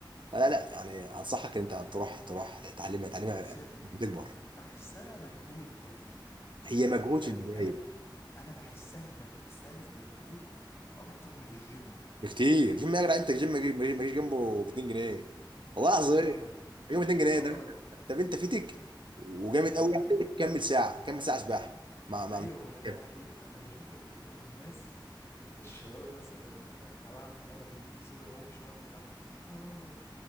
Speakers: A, on the right (about 70°); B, on the left (about 30°).
A: فلا لا يعني انصحك ان انت تروح تروح تعلمها تعلمها
B: بس
A: بتكبر
B: بحسها مجهود قوي
A: هي مجهود
B: يعني
A: في البدايه
B: أنا أنا بحسها مج- بتستهلك مجهود أكتر من الجيم
A: بكتير جيم يا جدع انت جيم ما يجي- ما يجيش جنبه ب 2 جنيه والله العظيم
B: آه
A: يوم 2 جنيه
B: آه
A: ده
B: ما-
A: طب انت فيتك
B: ده,
A: وجامد
B: ده حقيقة
A: قوي يعني كمل ساعه كمل ساعه سباحه مع مع
B: ايوه ما دي
A: كده.
B: حقيقة انا بشوف ال... الناس ال... الشباب مثلا آه، تبعنا لما بينزلوا يعوموا شوية ولا بتاع يا نهار ابيض